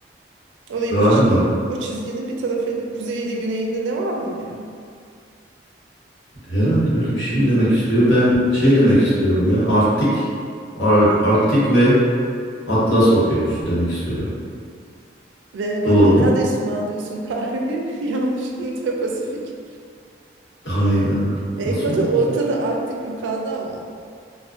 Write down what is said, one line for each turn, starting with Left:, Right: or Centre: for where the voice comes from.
Right: Orayı
Left: Galiba.
Right: bir ç- o çizginin bir tarafıyla kuzeyiyle güneyinde ne var mı diyor.
Left: Herhalde öyle bir şey mi demek istiyor? Ben şey demek istiyorum ya. Arktik, Ar- Arktik ve Atlas Okyanusu demek istiyorum.
Right: Ve bana
Left: Doğru mu?
Right: nerede ısmarlıyorsun kahveyi? <laughs> Yanlış Hint ve Pasifik.
Left: Hayda.
Right: E,
Left: Nasıl
Right: Ekvator
Left: olabilir
Right: ortada
Left: böyle? şey?
Right: Arktik yukarıda ama.